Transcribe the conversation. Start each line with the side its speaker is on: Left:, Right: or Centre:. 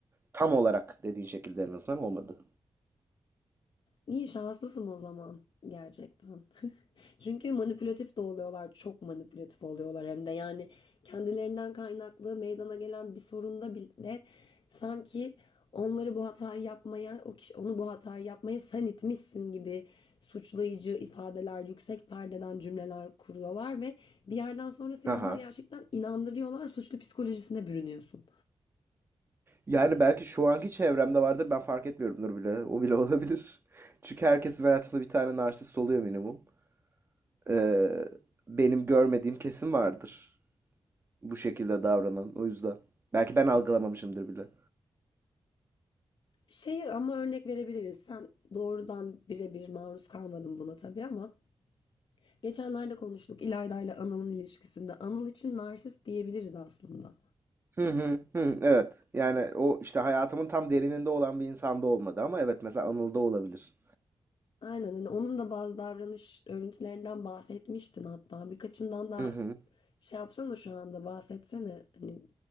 Right: tam olarak dediğin şekilde en azından olmadı.
Left: İyi şanslısın o zaman gerçekten. <laughs> Çünkü manipülatif de oluyorlar, çok manipülatif oluyorlar hem de yani kendilerinden kaynaklı meydana gelen bir sorunda bile sanki onları bu hatayı yapmaya, o kişi onu bu hatayı yapmaya sen itmişsin gibi suçlayıcı ifadeler, yüksek perdeden cümleler kuruyorlar ve bir yerden sonra seni
Right: Aha.
Left: buna gerçekten inandırıyorlar, suçlu psikolojisine bürünüyorsun.
Right: Yani belki şu anki çevremde vardır ben fark etmiyorumdur bile. O bile olabilir. <laughs> Çünkü herkesin hayatında bir tane narsist oluyor minimum. Ee, benim görmediğim kesin vardır. bu şekilde davranan. O yüzden. Belki ben algılamamışımdır bile.
Left: Şey ama örnek verebiliriz. Sen doğrudan birebir maruz kalmadın buna tabii ama Geçenlerde konuştuk İlayda ile Anıl'ın ilişkisinde. Anıl için narsist diyebiliriz aslında.
Right: Hı hı hı. Evet. Yani o işte hayatımın tam derininde olan bir insanda olmadı ama evet mesela Anıl'da olabilir.
Left: Aynen hani onun da bazı davranış örüntülerinden bahsetmiştin hatta. Birkaçından da
Right: Hı hı.
Left: şey yapsana şu anda bahsetsene. Hani